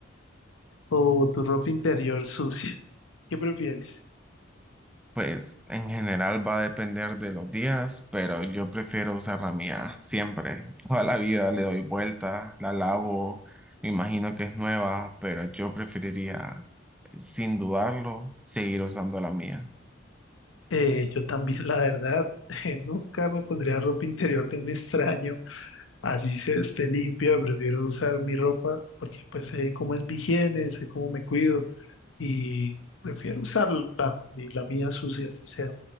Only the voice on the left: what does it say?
o tu ropa interior sucia? ¿Qué prefieres?
Eh, yo también, la verdad, <laughs> nunca me pondría ropa interior de un extraño. Así se esté limpia, prefiero usar mi ropa porque pues sé cómo es mi higiene, sé cómo me cuido y prefiero usarla, y la mía sucia, así sea.